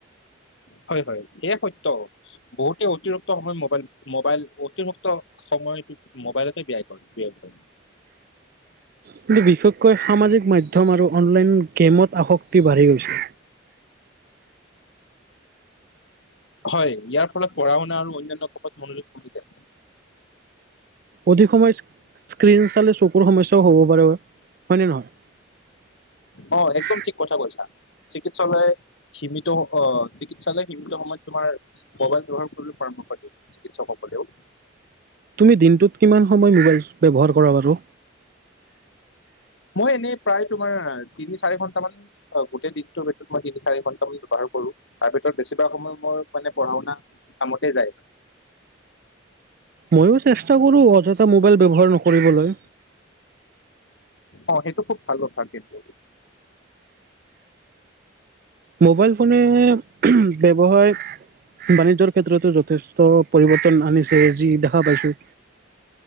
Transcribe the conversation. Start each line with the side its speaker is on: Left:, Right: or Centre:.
Left: হয়- হয় সেয়া সত্য বহুতে অতিৰিক্ত সময় মবাইল- মোবাইল অতিৰিক্ত সময় মোবাইলতে ব্যয়াই কৰে, ব্যয় কৰে।
Right: কিন্তু বিশেষকৈ সামাজিক মাধ্যম আৰু অনলাইন গেমত আসক্তি বাঢ়ি গৈছে।
Left: হয় ', ইয়াৰ ফলত পঢ়া- শুনা আৰু অনান্য কবাত মনোযোগ কমি যায়।
Right: অধিক সময় স্ক্ৰিন, চালে চকুৰ সমস্যাও হ'ব পাৰে হয়নে নহয়?
Left: অ একদম ঠিক কথা কৈছা চিকিৎসালয় সীমিত অহ ', চিকিৎসালয় সীমিত সময়ত তোমাৰ মোবাইল ব্যৱহাৰ কৰিবলৈ পৰামৰ্শ দিয়ে চিকিৎসকসকলেও।
Right: তুমি দিনটোত কিমান সময় মোবাইল ব্যৱহাৰ কৰা বাৰু?
Left: মই এনেই প্ৰায় তোমাৰ তিনি -চাৰি ঘন্টা মান গোটেই দিনটোৰ ভিতৰত মই তিনি -চাৰি ঘন্টাম মান ব্যৱহাৰ কৰো তাৰ ভিতৰত বেছিভাগ সময় মোৰ মানে পঢ়া -শুনা কামতে যায়।
Right: ময়ো চেষ্টা কৰো অযথা মোবাইল ব্যৱহাৰ নকৰিবলৈ,
Left: অ', এইটো খুব ভাল কথা কিন্তু,
Right: মোবাইল ফোনে ব্যৱহাৰ বাণিজ্যৰ ক্ষেত্ৰতো যথেষ্ট পৰিৱৰ্তন আনিছে যি', দেখা পাইছো',